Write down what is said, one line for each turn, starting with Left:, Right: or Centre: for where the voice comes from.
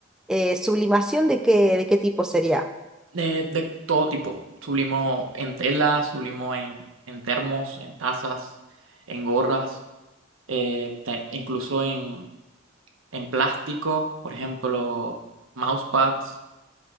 Centre: Eh, ¿sublimación de qué, de qué tipo sería?
Right: De, de todo tipo. Sublimo en telas, sublimo en, en termos, en tazas, en gorras, eh, te- incluso en, en plástico, por ejemplo, mousepads,